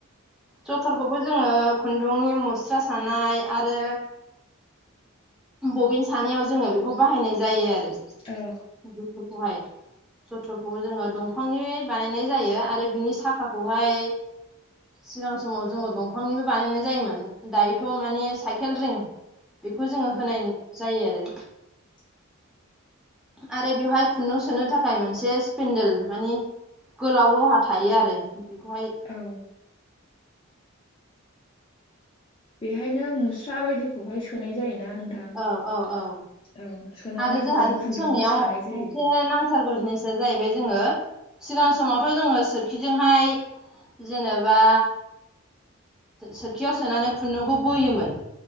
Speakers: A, in the centre; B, on the left.
A: जथरखौबो जोङो खुन्दुंनि मुस्रा सानाय आरो बबिन सानैयाव जोङो बेखौ बाहायनाय जायो आरो।
B: औ
A: जथरखौहाय जथरखौ जोङो दंफांनि बानायनाय जायो आरो बिनि साखाखौहाय सिगां समाव जोङो दंफांनिबो बानायनाय जायोमोन दायोथ' माने साइकेल रिं बेखौ जोङो होनाय जायो आरो।
B: <inaudible>
A: आरो बेवहाय खुन्दुं सोनो थाखाय मोनसे स्पेन्देल मानि गोलाव लहा थायो आरो बेखौहाय
B: औ बेहायनो मुस्रा बायदिखौहाय सोनाय जायोना। नोंथां
A: औ औ औ
B: औ सोनानै
A: आरो जोंहा
B: माने
A: बिदि
B: खुन्दुंखौ
A: सोंनायाव
B: सानाय जायो
A: मोनसे नांथारगौ जिनिसा जायो। बे जोङो सिगां समावथ' जोङो सोरखिजोंहाय जेनेबा सोरखियाव सोनानै खुन्दुंखौ बोयोमोन